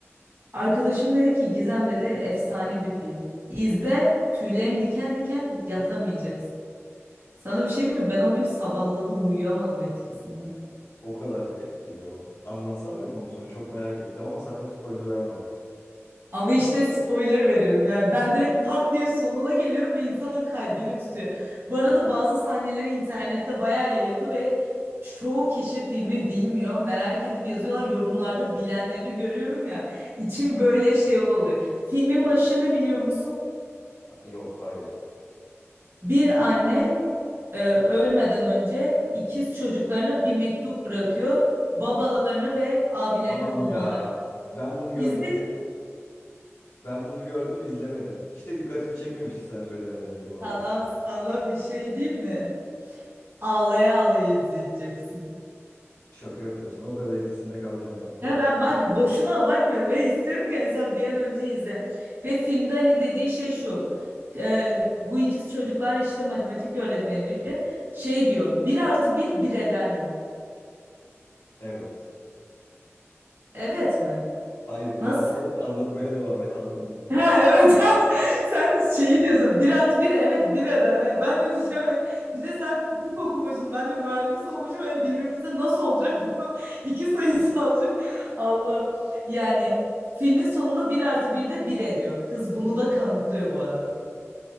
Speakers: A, on the right; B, on the left.
A: Arkadaşım dedi ki Gizem dedi efsane bir film. İzle tüylerin diken diken yatamayacaksın. Sana bir şey diyeyim mi? Ben o gün sabahladım uyuyamadım etkisinden.
B: O kadar etkiliyor. Anlatsana bir konusunu. Çok merak ettim ama sakın spoiler verme bak.
A: Ama işte spoiler veririm yani ben direkt pat diye sonuna geliyorum ve insan kalbini tutuyor. Bu arada bazı sahneleri internette bayağı yayıldı ve çoğu kişi filmi bilmiyor. Merak edip yazıyorlar yorumlarda bilenleri görüyorum ya. İçim böyle şey oluyor. Filmin başını biliyor musun?
B: Yok hayır.
A: Bir anne e, ölmeden önce ikiz çocuklarına bir mektup bırakıyor. Babalarını ve abilerini
B: Tamam
A: bulmalı.
B: ya. Ben bunu gördüm.
A: İzledim
B: Ben bunu gördüm izlemedim. Hiç de dikkatimi çekmemişti sen söylemeden önce bu arada.
A: sana, sana bir şey diyeyim mi? Ağlaya ağlaya izleyeceksin.
B: Şaka yapıyorsun. O kadar etkisinde kalacağım ha.
A: Ya ben bak boşuna abartmıyorum ve istiyorum ki sen bir an önce izle. Ve filmde hani dediği şey şu. e, bu ikiz çocuklar işte matematik öğretmeni biri şey diyor. Bir artı bir bir eder mi?
B: Evet.
A: Evet mi?
B: Hayır devam
A: Nasıl?
B: et. Anlatmaya devam et anlamında.
A: Ha, evet <laughs> sen şeyi diyorsun bir artı bir evet bir eder hani ben de diyeceğim hani, bir de sen fizik okumuşsun ben de mühendis olmuşum hani birbirimize nasıl olacak bu <laughs> iki sayısalcı Allah yani filmin sonunda bir artı bir de bir ediyor kız bunu da kanıtlıyor bu arada